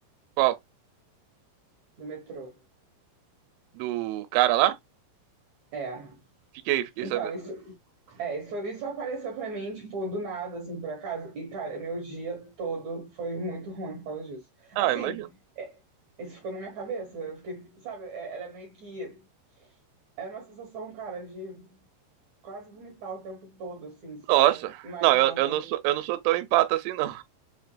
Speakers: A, on the right (about 85°); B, on the right (about 70°).
A: Qual?
B: do metrô.
A: Do cara lá?
B: É.
A: Fiquei, fiquei
B: Então,
A: sabendo.
B: isso, é, isso, isso apareceu pra mim, tipo, do nada, assim, por acaso. E, cara, meu dia todo foi muito ruim por causa disso.
A: Ah,
B: Assim,
A: imagina.
B: é, isso ficou na minha cabeça. Eu fiquei, sabe, é- era meio que. Era uma sensação, cara, de quase vomitar o tempo todo, assim, só
A: Nossa.
B: imaginando.
A: Não, eu, eu não sou, eu não sou tão empata assim, não.